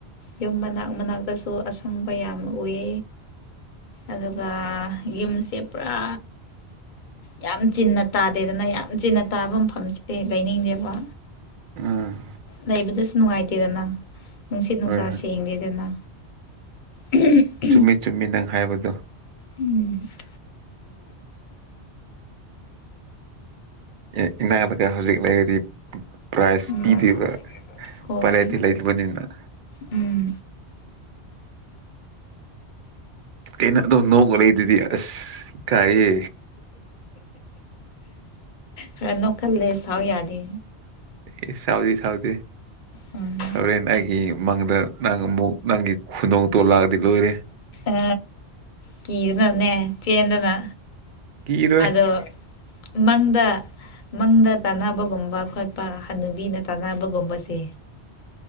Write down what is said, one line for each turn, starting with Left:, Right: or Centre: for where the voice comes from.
Left: ꯌꯨꯝ ꯃꯅꯥꯛ ꯃꯅꯥꯛꯇꯁꯨ ꯑꯁꯪꯕ ꯌꯥꯝ ꯎꯋꯦ ꯑꯗꯨꯒ ꯌꯨꯝꯁꯦ ꯄꯨꯔꯥ ꯌꯥꯝ ꯆꯤꯟꯅ ꯇꯥꯗꯦꯗꯅ ꯌꯥꯝ ꯆꯤꯟꯅ ꯇꯥꯕ ꯃꯐꯝꯁꯦ ꯂꯩꯅꯤꯡꯗꯦꯕ
Right: ꯎꯝ
Left: ꯂꯩꯕꯗꯁꯨ ꯅꯨꯡꯉꯥꯏꯇꯦꯗꯅ ꯅꯨꯡꯁꯤꯠ ꯅꯨꯡꯁꯥ
Right: ꯍꯣꯏ ꯍꯣꯏ
Left: ꯁꯦꯡꯗꯦꯗꯅ ꯎꯝ
Right: ꯆꯨꯝꯃꯤ ꯆꯨꯝꯃꯤ ꯅꯪ ꯍꯥꯏꯕꯗꯣ
Left: ꯎꯝ
Right: ꯑꯦ ꯏꯅꯥꯕꯀ ꯍꯧꯖꯤꯛ ꯂꯩꯔꯗꯤ ꯄ꯭ꯔꯥꯏꯖ
Left: ꯎꯝ
Right: ꯄꯤꯗꯦꯕ <unintelligible>
Left: ꯍꯣꯏ ꯎꯝ
Right: ꯀꯩꯅꯣ ꯑꯗꯨꯝ ꯅꯣꯛꯑꯒ ꯂꯩꯗꯨꯗꯤ ꯑꯁ ꯏꯀꯥꯏꯌꯦ
Left: ꯈꯔ ꯅꯣꯛꯀꯜꯂꯦ ꯁꯥꯥꯎ ꯌꯥꯗꯦ
Right: ꯑꯦ ꯁꯥꯎꯗꯦ ꯁꯥꯎꯗꯦ
Left: ꯎꯝ
Right: ꯍꯣꯔꯦꯟ ꯑꯩꯒꯤ ꯃꯪꯗ ꯅꯪ ꯑꯃꯨꯛ ꯅꯪꯒꯤ ꯈꯨꯅꯣꯛꯇꯣ ꯂꯥꯛꯑꯗꯤ ꯂꯣꯏꯔꯦ
Left: ꯑ ꯀꯤꯗꯅꯅꯦ ꯆꯦꯟꯗꯅ
Right: ꯀꯤꯔꯣꯏ
Left: ꯑꯗꯣ ꯃꯪꯗ ꯃꯪꯗ ꯇꯥꯟꯅꯕꯒꯨꯝꯕ ꯈꯣꯠꯄ ꯍꯅꯨꯕꯤꯅ ꯇꯥꯟꯅꯕꯒꯨꯝꯕꯁꯦ